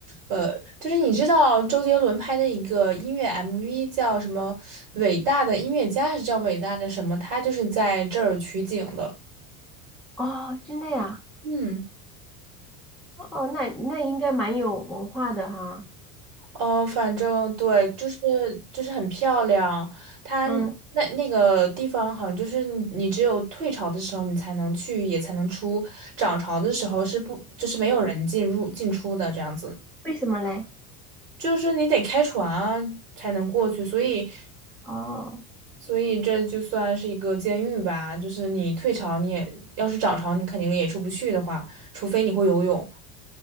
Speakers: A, on the right; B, in the centre.
A: 呃，就是你知道周杰伦拍的一个音乐 MV 叫什么《伟大的音乐家》，还是叫《伟大的什么》？他就是在这儿取景的。
B: 哦，真的呀？
A: 嗯，
B: 哦，那那应该蛮有文化的哈。
A: 呃，反正对，就是就是很漂亮。它那那个地方好像就是你，
B: 嗯，
A: 你只有退潮的时候你才能去，也才能出；涨潮的时候是不，就是没有人进入进出的这样子。
B: 为什么嘞？
A: 就是你得开船啊才能过去，所以，
B: 哦。
A: 所以这就算是一个监狱吧。就是你退潮，你也要是涨潮，你肯定也出不去的话，除非你会游泳。